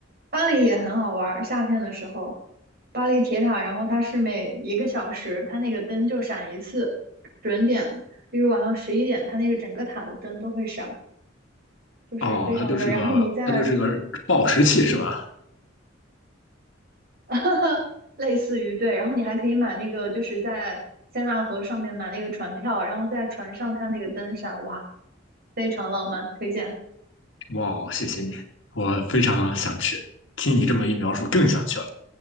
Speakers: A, on the right (about 55°); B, on the left (about 75°).
A: 巴黎也很好玩儿，夏天的时候。巴黎铁塔，然后它是每一个小时，它那个灯就闪一次，准点，例如晚上十一点，它那个整个塔的灯都会闪，就是非常的。
B: 哦，它就是个它就是个暴食器是吧？
A: 然后你在 <laughs> 类似于对，然后你还可以买那个，就是在塞纳河上面买那个船票，然后在船上看那个灯闪，哇，非常浪漫，推荐。
B: 哇哦，谢谢你，我非常想去。听你这么一描述，更想去了。